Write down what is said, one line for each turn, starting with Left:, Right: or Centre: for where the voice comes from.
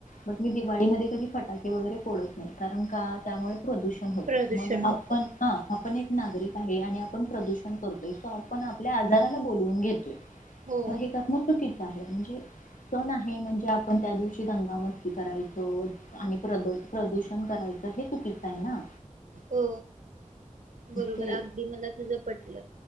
Left: पण मी दिवाळीमध्ये कधी फटाके वगैरे फोडत नाही कारण का त्यामुळे प्रदूषण होत
Right: प्रदूषण
Left: मग आपण
Right: होतं.
Left: ह आपण एक नागरिक आहे आणि आपण प्रदूषण करतोय सो आपण आपल्या आजाराला बोलवून घेतोय.
Right: हो
Left: तर हे करण चुकीचं म्हणजे सण आहे म्हणजे आपण त्या दिवशी दंगामस्ती करायचो आणि प्र प्रदूषण करायचं हे चुकीच आहे ना
Right: हो बरोबर
Left: ते
Right: अगदी मला तुज पटल.